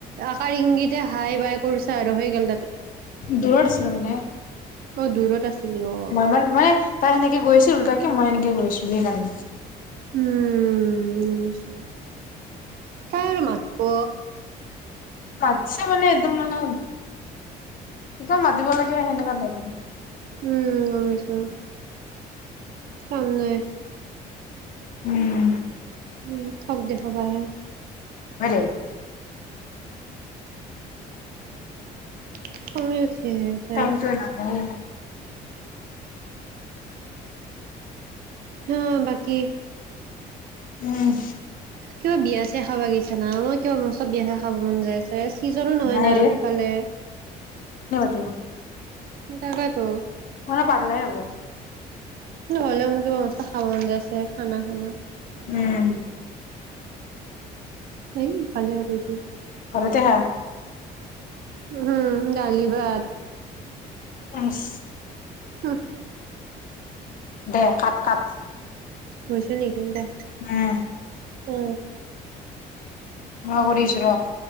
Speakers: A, on the right; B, on the left.
A: আশাৰ ইংগিত এয়া হাই বাই কৰিছা আৰু হৈ গেল
B: দুৰত আছে ন মানে
A: অ দূৰত আছিলি অ
B: মই মানে তাই সেনেকে গৈ আছিল তাক মই এনেকে গৈছিলো সেইকাৰণে
A: উম গম পাইছো আৰু, তাই আৰু মাতব
B: তাতছে মানে, একদম মানে <inaudible> মাতিব লাগে সেনেকা টাইপ
A: উম বুজিছো। কাম নাই।
B: উম
A: উম, থক দেখাবা আহে।
B: হয় দে।
A: <inaudible> খঙেই উঠি আহে ধেই
B: টাইমটো নাজানে।
A: হ, বাকী?
B: উম।
A: কিবা বিয়া-চিয়া খাবা গেছা না? মই কিবা মস্ত বিয়া-চিয়া খাবা মন যাই আছে। সিজনো নহয়
B: নাই
A: না ইফালে
B: অ
A: তাকেইতো
B: মহা পাগলা এই হব
A: কিন্তুহ'লেও মোৰ কিবা বস্তু খাব মন যাই আছে খানা সানা
B: উম
A: এইফালে আৰু এইটো
B: ঘৰতে হা
A: উম ডালি ভাত,
B: ইচ
A: হ
B: দে কাট কাট
A: হৈছে নেকি দে
B: উম
A: উ
B: মই কৰি আছো ৰহ